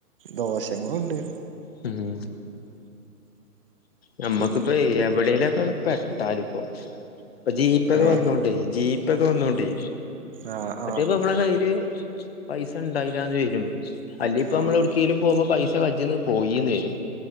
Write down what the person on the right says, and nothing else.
ദോഷങ്ങളുണ്ട്
ഇ
ഏ
ആഹ്
ആഹ്
ആഹ്